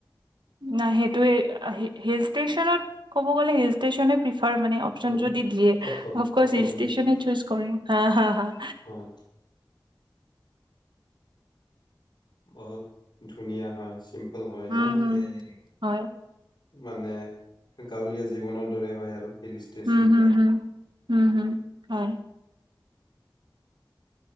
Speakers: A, on the right (about 75°); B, on the left (about 60°).
A: না সেইটোৱেই। হি হিল ষ্টেচনত ক'ব গ'লে, হিল ষ্টেচনে প্ৰি তাৰ মানে, অপচন
B: উম,
A: যদি দিয়ে
B: অপচন
A: অফক্ৰচ
B: অপচন
A: হিল
B: যদি
A: ষ্টেচনে
B: দিয়ে
A: চু্চ কৰিম। হাঁ! হাঁ! হাঁ!
B: হয় বহুত ধুনীয়া হয়! চিম্প ভাল হয়
A: উম,
B: নাই।
A: হম,
B: এই
A: হয়।
B: <inaudible> মানে, গাঁৱলীয়া জীৱনৰ দৰে হয় আৰু। হিল ষ্টেচন
A: উম,
B: বিলাক
A: উ, হু, উম, উম, হয়।